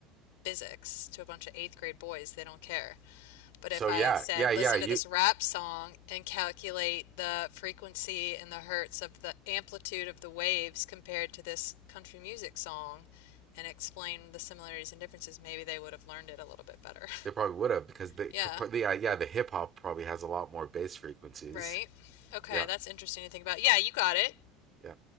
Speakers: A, on the left; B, on the right.
A: physics to a bunch of eighth grade boys. They don't care. But
B: So
A: if I
B: yeah,
A: said,
B: yeah, yeah.
A: listen
B: You
A: to this rap song and calculate the frequency and the hertz of the amplitude of the waves compared to this country music song and explain the similarities and differences, maybe they would have learned it a little bit better.
B: They probably would have because the
A: <laughs> yeah,
B: yeah yeah the hip hop probably has a lot more bass frequencies.
A: right? Okay,
B: Yeah,
A: that's interesting to think about. Yeah, you got it.
B: yeah.